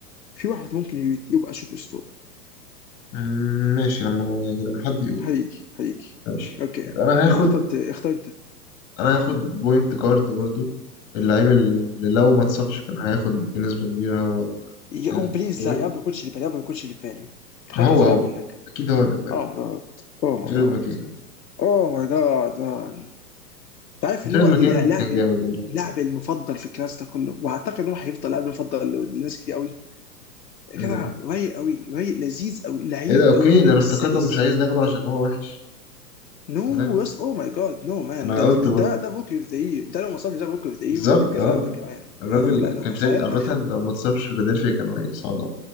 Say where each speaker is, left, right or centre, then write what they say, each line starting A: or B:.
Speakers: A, on the left; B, on the left.
A: في واحد ممكن يت- يبقى سوبر ستار
B: مم، ماشي لما أنا يعني لما حد يقول
A: هيجي هيجي
B: ماشي
A: اوكي
B: يبقى انا هاخد
A: انا اخترت اختار انت
B: انا هاخد بوينت جارد برضو اللعيب اللي لو ما اتصابش كان هياخد بنسبة كبيرة هو
A: يا
B: الروي
A: او بليز لا يا رب ما يكونش اللي بالي يا رب ما يكونش اللي بالي اخترت
B: ما هو
A: هزعل
B: هو
A: قوي منك
B: اكيد هو اللي بقى
A: اوه ماي جاد اوه ماي
B: جيرد
A: جاد
B: ماكين
A: اوه ماي جاد انت عارف
B: جيرد
A: ان هو
B: ماكين
A: لاعب
B: كان جامد قبل ما يتصاب
A: اللاعب المفضل في الكلاس ده كله واعتقد ان هو هيفضل لاعب المفضل لناس كتير قوي
B: مم.
A: كده رايق قوي رايق لذيذ قوي لعيب
B: ايه ده اوكي
A: قوي لعيب
B: ده انا افتكرتك
A: سلس
B: مش عايز ناخده عشان هو وحش
A: نو
B: تمام
A: يس او ماي جاد نو مان
B: انا
A: ده
B: قلت
A: ده
B: برضه
A: ده, ده بوكي اوف ذا يير ده لو ما صابش ده بوكي اوف ذا يير
B: بالظبط
A: بفرق
B: اه آه.
A: كمان
B: الراجل
A: اه لا نو
B: كان
A: انا
B: شايل
A: زعلان
B: عامة
A: انك خدته
B: لو ما اتصابش فيلادلفيا كانوا هيصعدوا